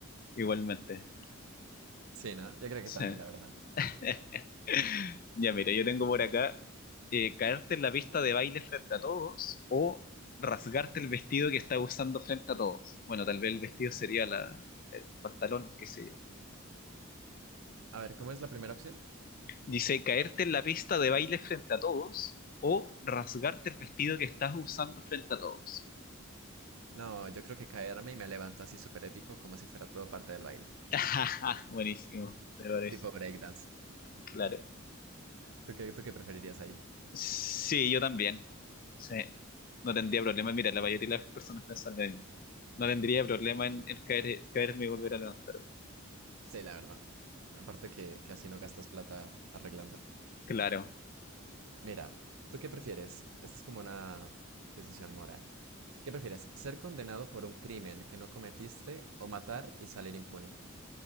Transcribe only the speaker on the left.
igualmente.
Sí.
<laughs> Ya mira, yo tengo por acá eh, caerte en la pista de baile frente a todos o rasgarte el vestido que estás usando frente a todos. Bueno, tal vez el vestido sería la, el pantalón, que sé yo.
Dice, caerte en la pista de baile frente a todos o rasgarte el vestido que estás usando frente a todos.
<laughs> Buenísimo, me parece,
claro.
Sí, yo también. Sí, no tendría problema. Mira, la mayoría de las personas piensan lo mismo. No tendría problema en, en caer, caerme y volver a levantar.
Claro.